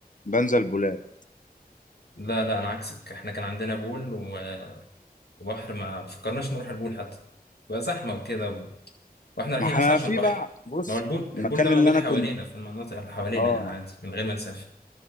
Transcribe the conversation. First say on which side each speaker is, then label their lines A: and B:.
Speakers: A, on the left; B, on the left.
A: بنزل بولاد
B: لا لا انا عكسك احنا كان عندنا بول و- وبحر ما ما فكرناش نروح البول حتى بقى زحمه وكده و... واحنا رايحين
A: ما احنا
B: اصلا عشان
A: في
B: بحر
A: بقى بص
B: ما هو البول
A: المكان
B: البول ده موجود
A: اللي انا
B: حوالينا
A: كنت
B: في المناطق اللي حوالينا
A: اه
B: يعني عادي من غير ما نسافر